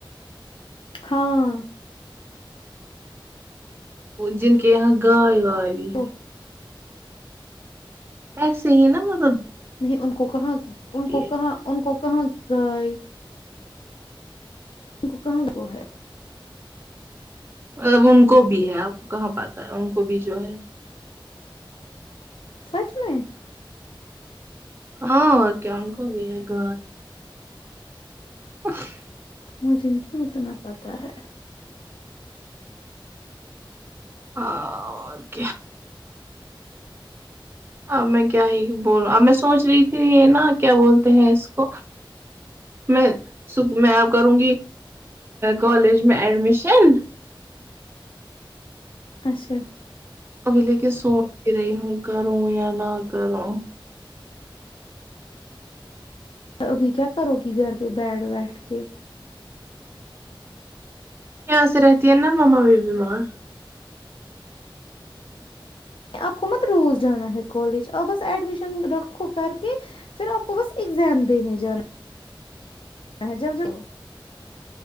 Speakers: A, on the left (about 80°); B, on the right (about 25°).
A: ہاں
B: جن کے یہاں گائے واے بھی
A: تو
B: ہے ایسے ہی نا مہ
A: نہیں ان کو کہاں ان کو
B: ہے
A: کہاں ان کو کہاں گائے ان کو کہاں کو ہے
B: اب ان کو بھی ہے آپ کو کہاں پاتا ہے ان کو بھی جو ہے
A: سچ میں
B: ہاں اور کیا ان کو بھی ہے گ ا <inaudible> <unintelligible>
A: مجھے نہیں اتنا پتا ہے
B: ہک ا میں کیا ہی بول میں سوچ رہی تھی یہ نا کیا بولتے ہیں اس کو میں صب میں کروں گی کالج میں ایڈمیشن
A: اچھا
B: ابھی لے کے سوچ ہی رہی ہوں کروں یا نہ کروں
A: ابھی کیا کرو گی گھر پہ بیٹھ بیٹھ کے
B: یہاں سے رہتی ہے نا مما بھی بیمار
A: آپ کو مت روز جانا ہے کالج اور بس ایڈمیشن رکھو کر کے پھر آپ کو بس اگزام دینے جانا جب ج